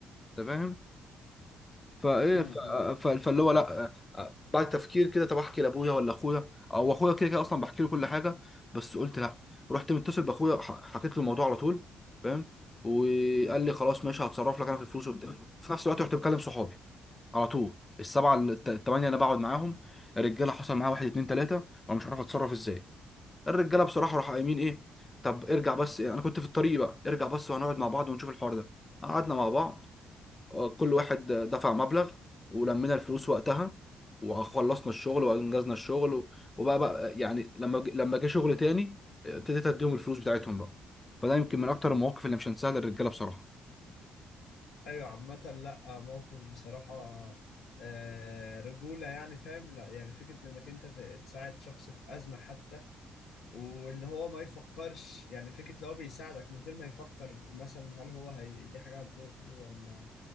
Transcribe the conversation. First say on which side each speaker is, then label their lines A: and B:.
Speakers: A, on the left (about 20°); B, on the left (about 70°).
A: انت فاهم فايه
B: مم.
A: ف- ف- فاللي هو لا آه، آه، بعد تفكير كده طب احكي لابويا ولا اخويا او اخويا كده كده اصلا بحكي له كل حاجه بس قلت لا رحت متصل باخويا ح- حكيت له الموضوع على طول فاهم وقال لي خلاص ماشي هتصرف لك انا في الفلوس وبتاع. في نفس الوقت رحت مكلم صحابي على طول السبعه الت- الثمانيه اللي بقعد معاهم الرجاله حصل معاها واحد اتنين تلاته وانا مش عارف اتصرف ازاي الرجاله بصراحه راحوا قايمين ايه طب ارجع بس انا كنت في الطريق بقى ارجع بس وهنقعد مع بعض ونشوف الحوار ده قعدنا مع بعض آه، كل واحد آه، دفع مبلغ ولمينا الفلوس وقتها وخلصنا الشغل وانجزنا الشغل و- وبقى بقى يعني لما ج- لما جه شغل تاني آه، ابتديت اديهم الفلوس بتاعتهم بقى فده يمكن من اكتر المواقف اللي مش هنساها للرجاله بصراحه
B: ايوه عامة لا موقف بصراحة آه، رجولة يعني فاهم لا يعني فكرة انك انت ت- تساعد شخص في ازمة حتى واللي هو ما يفكرش يعني فكرة لو هو بيساعدك من غير ما يفكر مثلا هل هو هي دي حاجة هتضره ولا